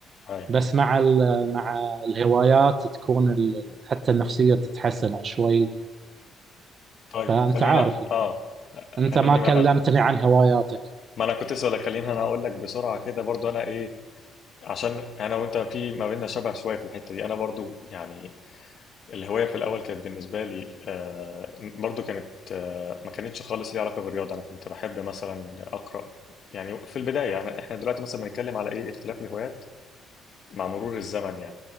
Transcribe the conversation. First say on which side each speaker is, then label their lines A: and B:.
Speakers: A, on the left; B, on the right.
A: ايوه
B: بس مع ال- مع الهوايات تكون ال- حتى النفسية تتحسن شوي
A: طيب
B: فأنت
A: خلينا
B: عارف يعني
A: اه
B: أنت
A: خليني
B: ما كلمتني
A: بقى
B: عن هواياتك
A: ما انا كنت اسالك خليني انا اقول لك بسرعه كده برضو انا ايه عشان انا وانت في ما بيننا شبه شويه في الحته دي انا برضو يعني الهوايه في الاول كانت بالنسبه لي آه، برضو كانت آه، ما كانتش خالص ليها علاقه بالرياضه انا كنت بحب مثلا اقرا يعني في البدايه يعني احنا دلوقتي مثلا بنتكلم على ايه اختلاف الهوايات مع مرور الزمن يعني